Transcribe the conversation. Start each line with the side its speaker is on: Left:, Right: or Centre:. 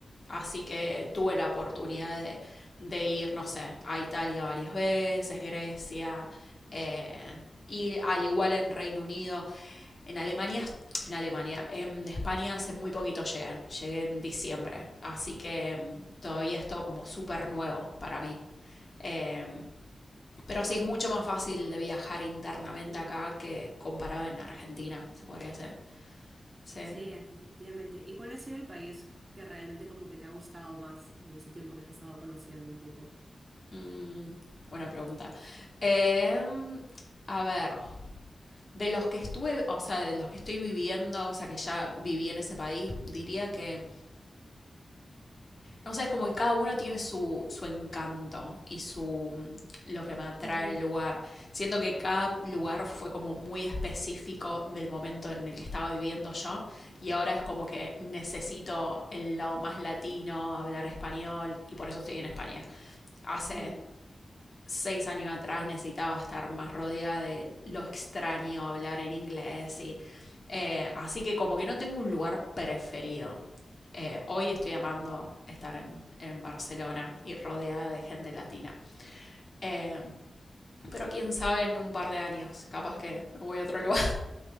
Left: Así que tuve la oportunidad de, de ir, no sé, a Italia varias veces, Grecia, eh, y al igual en Reino Unido, en Alemania, en Alemania, en España hace muy poquito llegué, llegué en diciembre, así que mm, todavía es todo como súper nuevo para mí. Eh, pero sí es mucho más fácil de viajar internamente
Right: Sí.
Left: acá que comparado en Argentina, se podría hacer. Sí.
Right: Sí, definitivamente. ¿Y cuál ha sido el país que realmente como que te ha gustado más en ese tiempo que has estado conociendo un poco?
Left: Mm, buena pregunta. Eh, a ver. De los que estuve, o sea, de los que estoy viviendo, o sea, que ya viví en ese país, diría que, no sé, es como que cada uno tiene su, su encanto y su mm, lo que me atrae
Right: Ujú,
Left: el lugar. Siento que cada lugar fue como muy específico del momento en el que estaba viviendo yo y ahora es como que necesito el lado más latino, hablar español y por eso estoy en España. Hace
Right: ujú.
Left: seis años atrás necesitaba estar más rodeada de lo extraño, hablar en inglés y... Eh, así que como que no tengo un lugar preferido. Eh, hoy estoy amando estar en, en, Barcelona y rodeada de gente latina. Eh, pero quién sabe en un par de años, capaz que me voy a otro lugar.